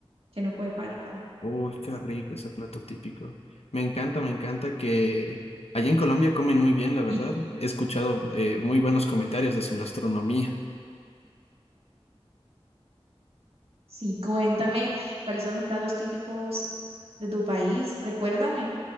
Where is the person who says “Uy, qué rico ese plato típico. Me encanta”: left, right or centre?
Left